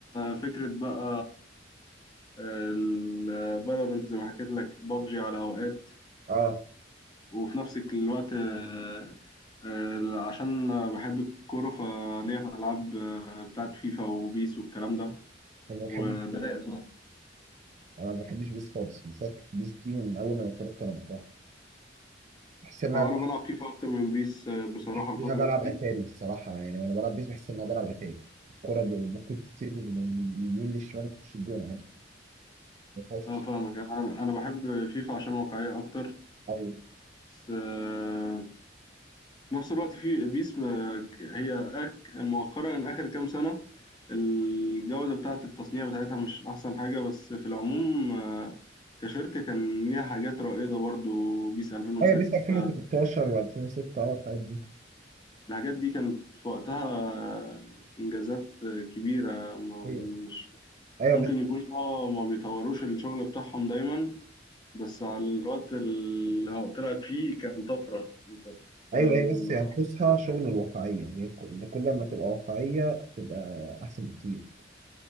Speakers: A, on the left; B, on the right.
A: فكره بقى الفالورنت زي ما حكيت لك بابجي على اوقات
B: اه
A: وفي نفس الوقت آه، آه، عشان بحب الكورة فليا في ألعاب آه، بتاعت فيفا وبيس والكلام ده
B: انا ما بحب
A: وده
B: انا ما بحبش بيس خالص بيس بيس دي من اول ما اتولدت انا بكرهها بحس ان انا
A: هو أنا
B: بح-
A: بلعب فيفا أكتر من بيس آه، بصراحة
B: بحس
A: الفترة
B: ان انا بلعب
A: دي
B: اتاري الصراحه يعني وانا بلعب بيس بحس ان انا بلعب اتاري الكوره ب- ممكن تسيب من اليمين للشمال تخش الجون عادي ما فيهاش
A: أه فاهمك أنا أنا بحب فيفا عشان واقعية أكتر
B: ايوه
A: بس آه، في نفس الوقت في بيس آه، ك- هي أك- مؤخرا آخر كام سنة الجودة بتاعة التصنيع بتاعتها مش أحسن حاجة بس في العموم آه، كشركة كان ليها حاجات رائدة برضو بيس 2006
B: ايوه بيس 2013 و2006 اه الحاجات دي
A: الحاجات دي كانت في وقتها آه، إنجازات آه، كبيرة ما-
B: ايوه
A: مش
B: ايوه
A: ممكن يكون اه ما بيطوروش الشغل بتاعهم دايما بس على الوقت اللي طلعت فيه كان طفرة أنت بتتكلم
B: ايوه هي بس ينقصها شغل الواقعيه يعني كل كل ما تبقى واقعيه تبقى احسن بكتير